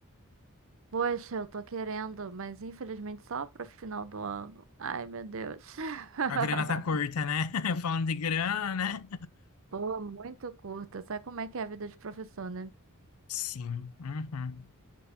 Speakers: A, on the right; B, on the left.
A: Poxa, eu tô querendo, mas infelizmente só pro final do ano. Ai, meu Deus. <laughs>
B: A grana tá curta, né? <laughs> Falando de grana, né?
A: Pô, muito curta. Sabe como é que é a vida de professor, né?
B: Sim. Uhum.